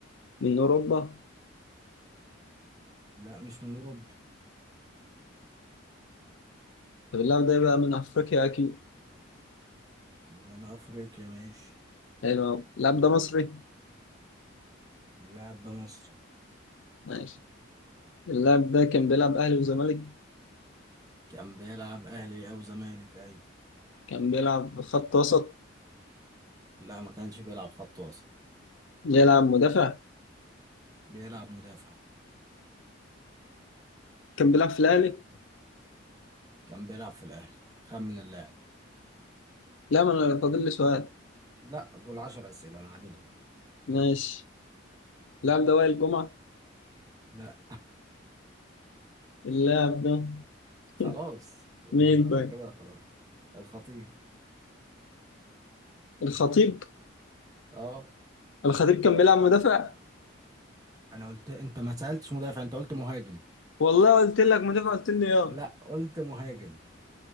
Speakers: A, on the left (about 75°); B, on the right (about 20°).
A: من أوروبا؟
B: لا مش من اوروبا
A: طب اللاعب ده يبقى من أفريقيا أكيد
B: من افريقيا ماشي
A: حلو أوي اللاعب ده مصري؟
B: اللاعب ده مصري
A: ماشي اللاعب ده كان بيلعب أهلي وزمالك؟
B: كان بيلعب اهلي او زمالك ايوه
A: كان بيلعب خط وسط؟
B: لا ما كانش بيلعب خط وسط
A: بيلعب مدافع؟
B: بيلعب مدافع
A: كان بيلعب في الأهلي؟
B: كان بيلعب في الاهلي خمن اللاعب
A: لا ما أنا فاضل لي سؤال
B: لا دول عشر اسئله انا عددهم
A: ماشي اللاعب ده وائل جمعة؟
B: لا
A: اللاعب ده
B: خلاص
A: <laughs>
B: انت
A: مين طيب؟
B: كده خلاص الخطيب
A: الخطيب
B: اه
A: الخطيب كان بيلعب مدافع
B: انا قلت انت ما سالتش مدافع انت قلت مهاجم
A: والله قلت لك مدافع قلت لي اه
B: لا قلت مهاجم